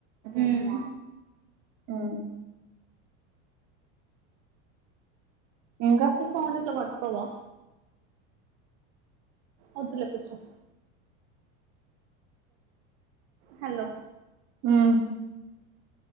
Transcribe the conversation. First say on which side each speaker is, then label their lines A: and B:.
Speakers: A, on the right; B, on the right.
A: ఊమ్
B: ఉమ్ ఇంకా
A: ఇ ఫోన్ ఇట్లా పట్టుకోవా ఒద్దులే కూచో హలో
B: ఉమ్